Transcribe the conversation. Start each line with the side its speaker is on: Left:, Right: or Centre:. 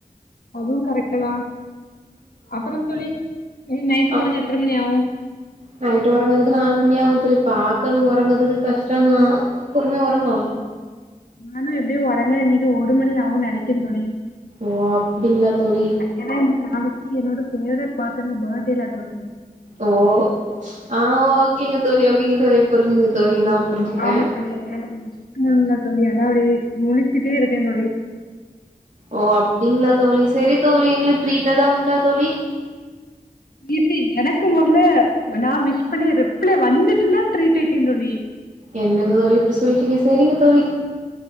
Left: அதுவு கரெக்ட்டு தா அப்பறோ தோழி நீ நைட்டு
Right: அ
Left: ஒறங்க எத்தன மணி ஆவு
Right: நைட்டு ஒறங்கறதுக்கு நாலு மணி ஆகு தோழி பாக்கணு ஒறங்கறதுக்கு கஷ்ட தா பொறுமையா ஒறங்குவோ
Left: நானு எப்டியு ஒறங்க இன்னைக்கி ஒரு மணி ஆவுனு நெனைக்கிறே தோழி
Right: ஓ அப்டிங்களா தோழி
Left: ஏனா நாளைக்கி என்னோட ஃபேவரைட் பசங்க பர்த்டே ல தோழி
Right: ஓ ஆ ஓகேங்க தோழி ஓகேங்க தோழி புரியுதுங்க தோழி நா புரிஞ்சுக்கிட்டே
Left: ஆமா தோழி அதனால விஷ் பண்ணணுல தோழி அதா அப்டியே முழிச்சிட்டே இருக்கே தோழி
Right: ஓ அப்டிங்களா தோழி செரி தோழி எங்களுக்கு ட்ரீட்டு எதா உண்டா தோழி
Left: ட்ரீட்டு எனக்கு மொதல நா விஷ் பண்ணி ரிப்ளை வந்துட்டுனா ட்ரீட் வக்கே தோழி
Right: என்னங்க தோழி இப்டி சொல்லிட்டீங்க செரிங்க தோழி